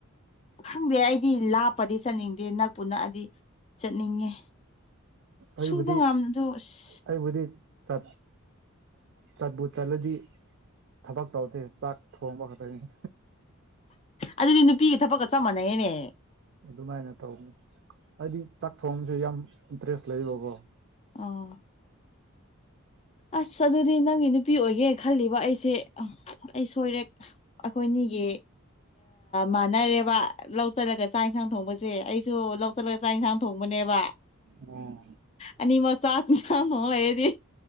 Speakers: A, on the left; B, on the right.
A: ꯈꯪꯗꯦ ꯑꯩꯗꯤ ꯂꯥꯞꯄꯗꯤ ꯆꯠꯅꯤꯡꯗꯦ ꯅꯛꯄꯨ ꯅꯛꯑꯗꯤ ꯆꯠꯅꯤꯡꯉꯦ
B: ꯑꯩꯕꯨꯗꯤ
A: ꯁꯨꯕ ꯉꯝꯗꯣ ꯑꯁ
B: ꯑꯩꯕꯨꯗꯤ ꯆ ꯆꯠꯄ ꯆꯠꯂꯗꯤ ꯊꯕꯛ ꯇꯧꯗꯦ ꯆꯥꯛ ꯊꯣꯡꯕ ꯈꯛꯇꯪꯅꯤ
A: ꯑꯗꯨꯗꯤ ꯅꯨꯄꯤꯒ ꯊꯕꯛꯀ ꯆꯞ ꯃꯥꯟꯅꯩꯅꯦ
B: ꯑꯗꯨꯃꯥꯏꯅ ꯇꯧꯅꯤ ꯍꯥꯏꯗꯤ ꯆꯥꯛ ꯊꯣꯡꯁꯦ ꯌꯥꯝ ꯏꯟꯇꯔꯦꯁ ꯂꯩꯕꯀꯣ
A: ꯑꯣ ꯑꯁ ꯑꯗꯨꯗꯤ ꯅꯪꯒꯤ ꯅꯨꯄꯤ ꯑꯣꯏꯒꯦ ꯈꯜꯂꯤꯕ ꯑꯩꯁꯦ ꯑꯩ ꯁꯣꯏꯔꯦ ꯑꯩꯈꯣꯏꯅꯤꯒꯤ ꯃꯥꯟꯅꯔꯦꯕ ꯂꯧ ꯆꯠꯂꯒ ꯆꯥꯛ ꯌꯦꯟꯁꯥꯡ ꯊꯣꯡꯕꯁꯦ ꯑꯩꯁꯨ ꯂꯧ ꯆꯠꯂꯒ ꯆꯥꯛ ꯏꯟꯁꯥꯡ ꯊꯣꯡꯕꯅꯦꯕ
B: ꯑꯣ
A: ꯑꯅꯤ ꯃꯆꯥ ꯃꯆꯥ ꯐ ꯂꯩꯔꯗꯤ